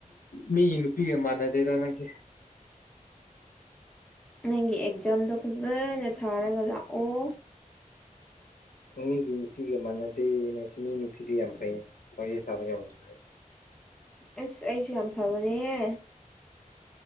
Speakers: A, on the left (about 75°); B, in the centre.
A: ꯃꯤꯒꯤ ꯅꯨꯄꯤꯒ ꯃꯥꯟꯅꯗꯦꯗ ꯅꯪꯁꯦ
B: ꯅꯪꯒꯤ ꯑꯦꯛꯖꯥꯝꯗꯣ ꯐꯖꯅ ꯊꯥꯔꯒ ꯂꯥꯛꯑꯣ
A: ꯃꯤꯒꯤ ꯅꯨꯄꯤꯒ ꯃꯥꯟꯅꯗꯦꯌꯦ ꯅꯪꯁꯦ ꯃꯤ ꯅꯨꯄꯤꯗꯤ ꯌꯥꯝ ꯐꯩ ꯋꯥꯔꯤ ꯁꯥꯕ ꯌꯥꯝ ꯅꯨꯡꯉꯥꯏ
B: ꯑꯦꯁ ꯑꯩꯁꯨ ꯌꯥꯝ ꯐꯕꯅꯦꯍꯦ